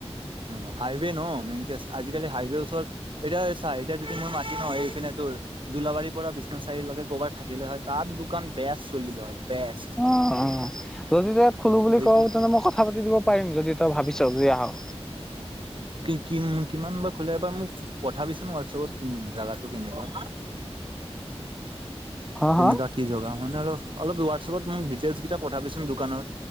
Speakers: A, on the right; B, in the centre.
A: উ হাইৱে ন মেইন আজিকালি হাইৱেৰ ওচৰত এতিয়া চাই এতিয়া যদি মই মাতি ন এইপিনে দোলাবাৰীৰ পৰা বিশ্বনাথ চাৰি আলিৰ লকে ক'বাত থাকিলে হয় তাত দোকান বেয়া চলিলে হয়। বেষ্ট
B: অ অ যদি তই ইয়াত খলো বুলি
A: সেইপিনে
B: ক তেন্ত মই কথা পাতি দিব পাৰিম যদি। তই ভাবিছ যে আহ
A: কি কি কিমান বা ফ এবাৰ মোক পঠাবিছোন হোৱাটছএপত জাগাটো কেনেকুৱা।
B: হা
A: কেনেকা
B: হা
A: কি ৰেখা মানে অলপ অলপ হোৱাটছপত মোক ডিটেইলচ কেইটা পঠাবিচোন দোকানত